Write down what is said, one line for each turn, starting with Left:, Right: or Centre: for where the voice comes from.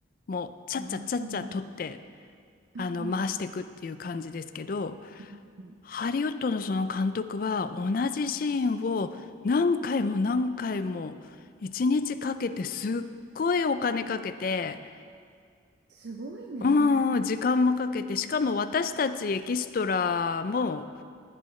Left: もう、ちゃっちゃっちゃっちゃ撮って、
Right: ああ、そうなんだ。うんうん。
Left: あの、回していくっていう感じですけど、
Right: うんうんうん。
Left: ハリウッドのその監督は同じシーンを何回も何回も一日かけてすっごいお金かけて、
Right: うん。えー、すごいね。
Left: うん、時間もかけて、しかも私たちエキストラも